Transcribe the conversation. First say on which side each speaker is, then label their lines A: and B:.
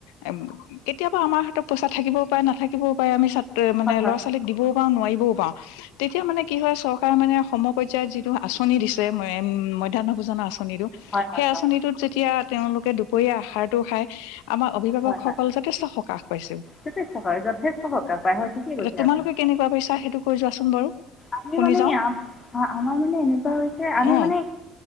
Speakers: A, on the left; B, on the left.
A: এ' কেতিয়াবা আমাৰ হাতত পইচা থাকিবও পাৰে নাথাকিবও পাৰে, আমি ত মানে
B: হয়
A: ল'ৰা ছোৱালীক দিব নোৱাৰিবও পাও- তেতিয়া মানে কি হয় চৰকাৰে মানে সমক এটিয়া যিটো আঁচনি দিছে, মধ্যাহ্ন ভোজনৰ আঁ নিদো,
B: হয় হয়
A: সেই
B: হয়
A: আচনিটোত‌ যেতিয়া তেওঁলোক তিয়া দুপৰীয়া আহাৰটো খায়, আমাৰ অভিভাৱকসকল
B: হয় হয়
A: যথেষ্ট সকাহ পাইছো,
B: যথেষ্ট হয় যথেষ্ট সকাহ পায় হয় ঠিকেই কৈছে
A: এতিয়া তোমালোকে
B: আপুনি
A: ইচা সেইটো কৰি যোৱাচোন বাৰু,
B: আমি
A: শুনি
B: মানে,
A: যাওঁ
B: আমাৰ মানে এনেকুৱা হৈছে, আমি
A: অ
B: মানে